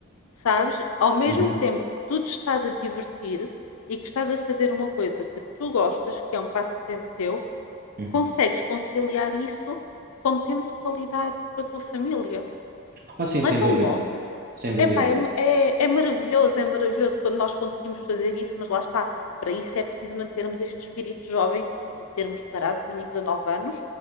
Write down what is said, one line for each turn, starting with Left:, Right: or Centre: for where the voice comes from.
Left: sabes? Ao mesmo
Right: uhum,
Left: tempo que tu te estás a divertir e que estás a fazer uma coisa que tu gostas, que é um passatempo teu,
Right: uhum.
Left: consegues conciliar isso com tempo de qualidade com a tua família.
Right: Ah, sim,
Left: Não
Right: sem
Left: é tão
Right: dúvida.
Left: bom?
Right: Sem dúvida.
Left: Epá, é, é, é maravilhoso, é maravilhoso quando nós conseguimos fazer isso, mas lá está. Para isso é preciso mantermos este espírito jovem de termos parado nos 19 anos